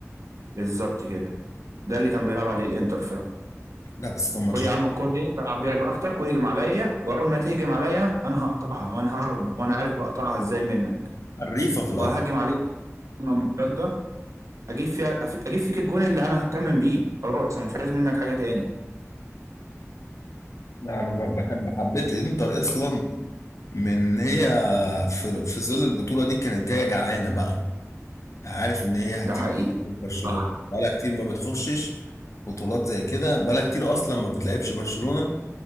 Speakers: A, on the right; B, on the left.
A: بالظبط كده ده اللي كان بيلعب عليه الانتر فعلا
B: لا بس كان ماتش
A: خد يا عم الكورة دي العب بيها براحتك واهجم عليا واول ما تهجم عليا انا هقطعها وانا هعرف وانا عارف بقطعها ازاي منك
B: حريفه في الارض
A: وهاجم عليك هجمة مرتدة اجيب فيها اجيب فيك الجون اللي انا هتمم بيه خلاص انا مش عايز منك حاجة تاني
B: لا انا ب- بحب حبيت انتر اصلا من هي في في ظل البطوله دي كانت جايه جعانه بقى عارف ان هي
A: ده
B: هتيجي
A: حقيقي
B: من برشلونه
A: صح
B: بقالها كتير ما بتخشش بطولات زي كده بقالها كتير اصلا ما بتلعبش برشلونه